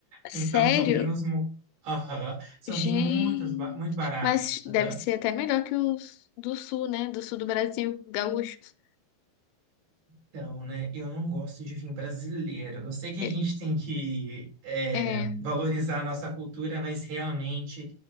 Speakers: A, on the left (about 80°); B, on the right (about 60°).
A: Sério?
B: Então, são vinhos... mu- Aham, São
A: Gente.
B: vinhos muito, ba- muito baratos.
A: Mas deve
B: Aham.
A: ser até melhor que os do sul, né? Do sul do Brasil, gaúchos.
B: Então, né, eu não gosto de vinho brasileiro. Eu sei que
A: É,
B: a gente tem que é,
A: é,
B: valorizar a nossa cultura, mas realmente